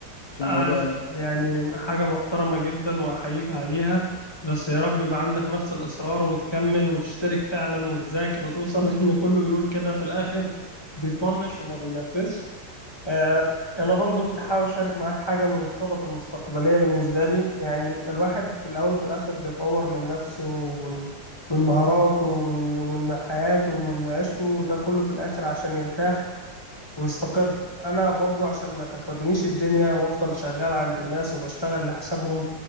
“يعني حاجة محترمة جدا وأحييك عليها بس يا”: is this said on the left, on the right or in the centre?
Left